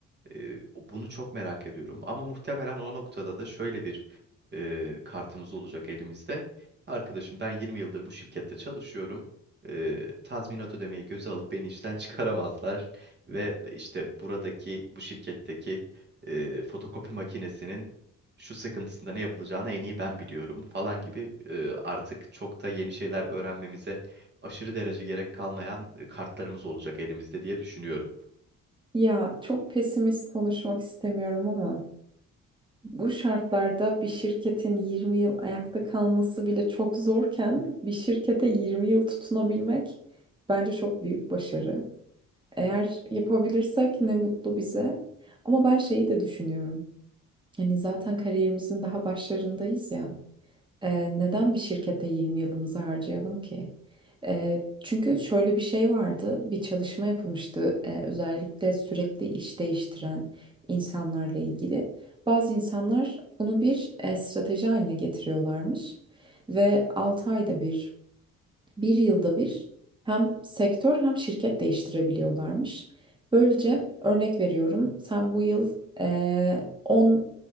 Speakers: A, on the right (about 35°); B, on the right (about 15°).
A: e, bunu çok merak ediyorum. Ama muhtemelen o noktada da şöyle bir e, kartımız olacak elimizde. Arkadaşım ben 20 yıldır bu şirkette çalışıyorum. E, tazminat ödemeyi göze alıp beni işten <laughs> çıkaramazlar. Ve işte buradaki bu şirketteki e, fotokopi makinesinin şu sıkıntısında ne yapılacağını en iyi ben biliyorum falan gibi e, artık çok da yeni şeyler öğrenmemize aşırı derece gerek kalmayan e, kartlarımız olacak elimizde diye düşünüyorum.
B: Ya çok pesimist konuşmak istemiyorum ama bu şartlarda bir şirketin 20 yıl ayakta kalması bile çok zorken bir şirkete 20 yıl tutunabilmek bence çok büyük başarı. Eğer yapabilirsek ne mutlu bize. Ama ben şeyi de düşünüyorum. Yani zaten kariyerimizin daha başlarındayız ya. Ee, neden bir şirkette 20 yılımızı harcayalım ki? Eee, çünkü şöyle bir şey vardı, bir çalışma yapılmıştı eee, özellikle sürekli iş değiştiren insanlarla ilgili. Bazı insanlar bunu bir eee, strateji haline getiriyorlarmış ve 6 ayda bir bir yılda bir hem sektör hem şirket değiştirebiliyorlarmış. Böylece örnek veriyorum sen bu yıl eee 10